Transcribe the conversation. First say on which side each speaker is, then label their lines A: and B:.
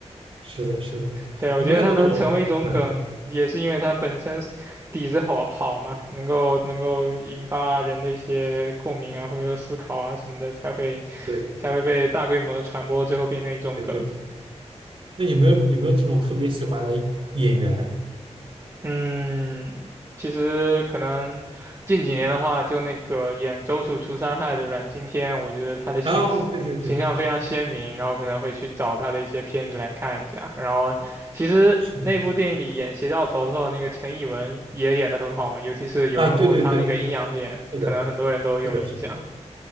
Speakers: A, on the right; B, on the right.
A: 是的，是的。
B: 对，我觉得它能成为一种梗，
A: 你没看过那种？嗯，
B: 也是因为它本身是底子好好嘛，能够能够引发人的一些共鸣啊，或者说思考啊什么的，才会
A: 对
B: 才会被大规模的传播，最后变成一种梗。
A: 对对。那有没有有没有这种特别喜欢的演员？
B: 嗯，其实可能近几年的话，就那个演周处除三害的阮经天，我觉得他的形
A: 啊，对对对，
B: 形象非常鲜明，然后可能会去找他的一些片子来看一下。然后，其实那部电影里演邪教头头的那个陈以文也演得很好嘛，
A: 是的，
B: 尤其是有一幕他那个阴阳脸，
A: 啊，对对对，是的，
B: 可能很多人都有印象。
A: 是的，是的。